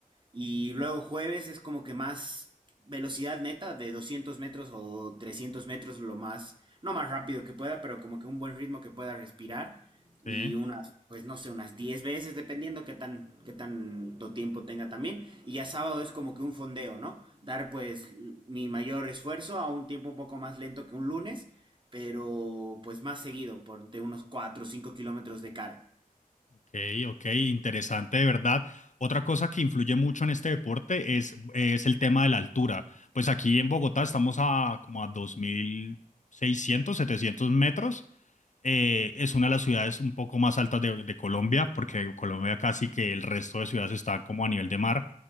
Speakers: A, on the right; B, on the left.
A: Y luego jueves es como que más velocidad neta de 200 metros o 300 metros, lo más, no más rápido que pueda, pero como que un buen ritmo que pueda respirar. Y
B: sí.
A: unas, pues no sé, unas 10 veces, dependiendo qué tan, qué tanto tiempo tenga también. Y ya sábado es como que un fondeo, ¿no? Dar pues l- mi mayor esfuerzo a un tiempo un poco más lento que un lunes, pero pues más seguido, por entre unos 4 o 5 kilómetros de cara.
B: Ok, ok, interesante de verdad. Otra cosa que influye mucho en este deporte es, es el tema de la altura. Pues aquí en Bogotá estamos a como a dos mil seiscientos, setecientos metros. Eh, es una de las ciudades un poco más altas de, de Colombia, porque Colombia casi que el resto de ciudades están como a nivel de mar.